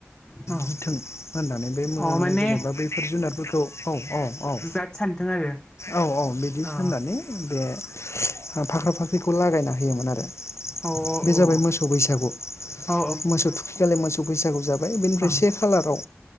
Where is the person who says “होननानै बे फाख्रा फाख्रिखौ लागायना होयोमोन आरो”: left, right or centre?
Left